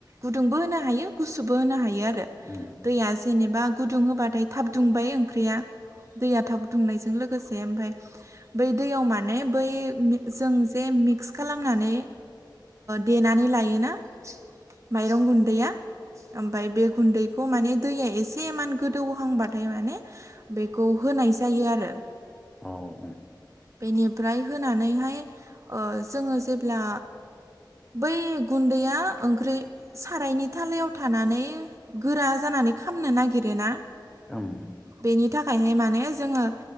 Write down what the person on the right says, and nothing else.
गुदुंबो होनो हायो गुसुबो होनो हायो आरो
जनोबा गुदुं होबाथाय थाब दुंबाय ओँख्रिया दैया थाबुंनाय ज ओमफ्राय बै दैयाव माने बै जों जे मिक्स खालामनानै देनानै लायोना माइरं गुन्दैया ओमफ्राय बे गुन्दै बेखौ माने दैया एसेमान गोदौहांबाथाय माने बेखौ होनाय जायो आरो
बेनिफ्राय होनानैहाय ओ जोङो जेब्ला बै गुन्दैया ओंख्रि सारायनि थालायाव थानानै गोरा जानानै खामनो नागिरोना?
बेनि थाखायहाय माने जोङो